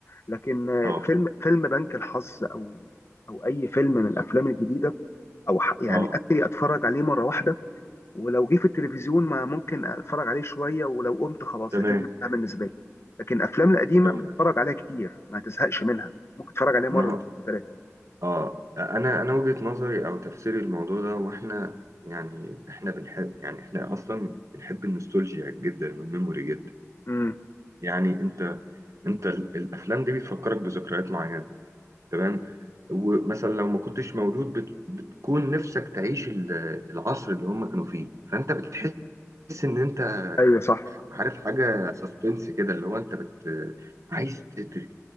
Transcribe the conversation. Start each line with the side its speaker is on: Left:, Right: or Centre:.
Left: لكن آه،
Right: اه
Left: فيلم فيلم بنك الحظ او او اي فيلم من الافلام الجديده او ح- يعني
Right: اه
Left: اخري اتفرج عليه مره واحده ولو جه في التلفزيون ما ممكن اتفرج عليه شويه ولو قمت خلاص
Right: تمام
Left: الفيلم ده بالنسبه لي لكن الافلام القديمه
Right: تمام
Left: بتتفرج عليها كتير ما تزهقش منها ممكن تتفرج عليها
Right: ما
Left: مره وثلاثه
Right: اه انا انا وجهة نظري او تفسيري الموضوع ده واحنا يعني احنا بنحب يعني احنا اصلا بنحب النوستالجيا جدا والميموري جدا
Left: امم
Right: يعني انت انت ال- الافلام دي بتفكرك بذكريات معينة تمام ومثلا لو ما كنتش مولود بت بتكون نفسك تعيش ال- العصر اللي هم كانوا فيه فانت بتحس ان انت
Left: ايوه صح
Right: عارف حاجة سسبنس كده اللي هو انت بت عايز تت...